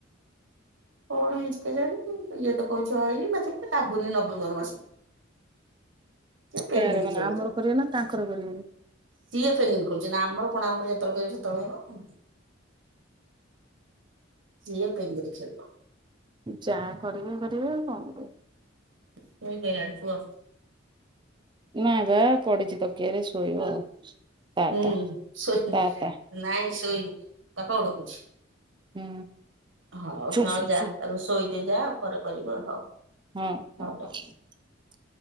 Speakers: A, on the right; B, on the right.
A: କଣ ହେଇଛିିକେ ଜାଣ ଇଏ ତ କହୁଛି ହଇନି ମତ ଲାଗୁନି ନଭେମ୍ବର ମାସକୁ। <inaudible> ପେଙ୍ଗିରି
B: କାହାର ମାନେ
A: ଖେଳୁଛନ୍ତି
B: ଆମର କରିବେ ନା ତାଙ୍କର କରିବେନି?
A: ସିଏ ଫେଙ୍ଗି ଖଉଛନ୍ତି ନା ଆମର କଣ ଆମର ଯେତେବେଳେ କହିବ ସେତେବେଳେ ହବ। <unintelligible>
B: ଯାହା କରିବେ କରିବେ ଆଉ କଣ କରିବ।
A: <unintelligible>
B: ନାଇଁ ବା ପଡିଛି ତକିଆରେ ଶୋଇବ ଆଉ। ତା
A: ହୁଁ
B: ତା
A: ଶୋଇନି
B: ତା ତା
A: ନାଇଁ ଶୋଇନି ବାପା କୁ ଡାକୁଛି।
B: ହୁଁ।
A: ହଉ
B: ଶୋ
A: ହଉ
B: ଶୋ
A: ଯା
B: ଶୋ
A: ତାକୁ ଶୋଇଦେ ଯା ପରେ କରିବ ହଉ।
B: ହୁଁ
A: ହଉ
B: ହ।